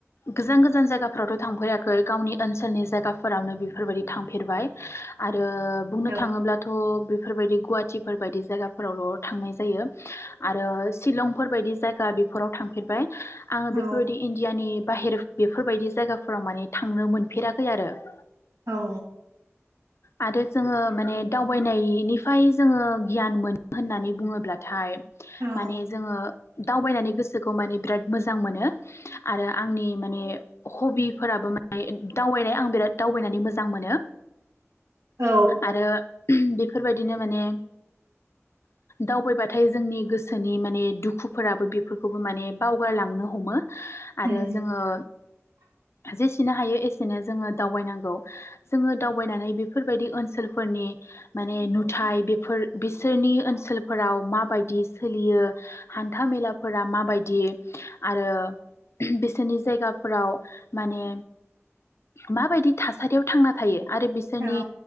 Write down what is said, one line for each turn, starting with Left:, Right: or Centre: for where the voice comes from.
Left: गोजान गोजान जायगाफ्रावथ' थांफेराखै गाव नि ओनसोलनि जायगाफोरावनो बेफोरबायदि थांफेरबाय आरो ओ बुंनो
Right: औ
Left: थाङोब्लाथ' बेफोरबायदि गुवाहाटिफोर बायदि जायगाफोरावल' थांनाय जायो। आरो शिलं बेफोरबायदि जायगा बेफोराव थांफेरबाय आङो
Right: औ
Left: बेफोर बायदि इन्दियानि बाहेर बेफोर बायदि जायगाफ्राव माने थांनो मोनफेराखै आरो ।
Right: औ
Left: आरो जोङो माने दावबायनायनिफाय जोङो गियान मोनो होननानै बुङोब्लाथाय
Right: औ
Left: माने जोङो दावबायनानै गोसोखौ माने बिराद मोजां मोनो आरो आंनि माने हबिफोरा दावबायनाय आं बिराद दावबायनानै मोजां मोनो ।
Right: औ
Left: आरो बेफोरबायदिनो माने दावबायबाथाय जोंनि गोसोनि माने दुखुफोराबो बेफोरखौबो माने बावगारलांनो हमो आरो
Right: उम,
Left: जोङो
Right: <inaudible>
Left: जेसेनो हायो एसेनो जोङो दावबायनांगौ जोङो दावबायनानै बेफोरबायदि ओनसोलफोरनि माने नुथाय बेफोर बिसोरनि ओनसोलफोराव माबायदि सोलियो हान्था मेलाफोरा माबायदि आरो बिसोरनि जायगाफोराव माने माबायदि थासारियाव थांना थायो आरो बिसोरनि
Right: औ